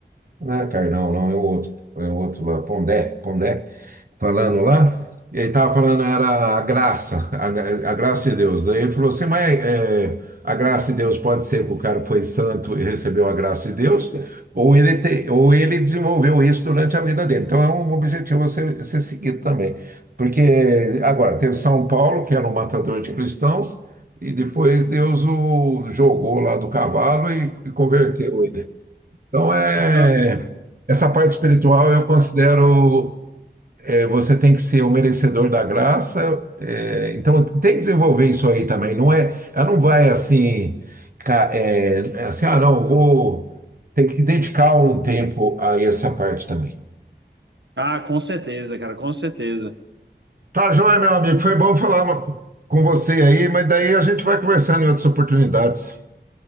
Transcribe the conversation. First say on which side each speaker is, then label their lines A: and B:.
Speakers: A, on the right; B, on the right.
A: Não é Carnal, não, é o outro, é o outro lá, Pondé, Pondé, falando lá. E ele estava falando, era a graça, a, gra- a graça de Deus. Daí ele falou assim, mas é, a graça de Deus pode ser que o cara foi santo e recebeu a graça de Deus, ou ele, te, ou ele desenvolveu isso durante a vida dele. Então é um objetivo a ser, ser seguido também. Porque agora teve São Paulo, que era um matador de cristãos, e depois Deus o jogou lá do cavalo e, e converteu ele. Então, é,
B: Aham.
A: essa parte espiritual eu considero, é, você tem que ser o merecedor da graça, é, então tem que desenvolver isso aí também, não é, ela não vai assim, ca- é, é assim, ah, não, vou, tem que dedicar um tempo a essa parte também.
B: Ah, com certeza, cara, com certeza.
A: Tá, joia, meu amigo, foi bom falar ma- com você aí, mas daí a gente vai conversando em outras oportunidades.